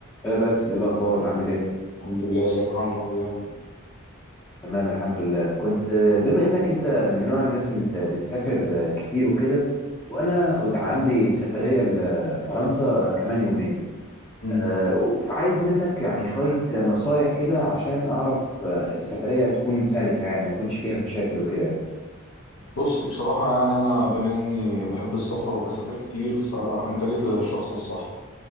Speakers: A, on the left; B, on the left.
A: يا باسل ايه الاخبار عامل ايه
B: الحمد لله ازيك يا حمزة عامل ايه؟
A: تمام الحمد لله كنت آه، بما انك انت من نوع الناس اللي بتسافر آه، كتير وكده وانا د- عندي سفريه لفرنسا آه، كمان يومين
B: مم.
A: آه، فعايز منك يعني شويه آه، نصايح كده عشان اعرف آه، السفريه تكون سلسه يعني ما يكونش فيها مشاكل وكده يعني
B: بص بصراحة يعني أنا بما إني بحب السفر وبسافر كتير فأنت جيت للشخص الصح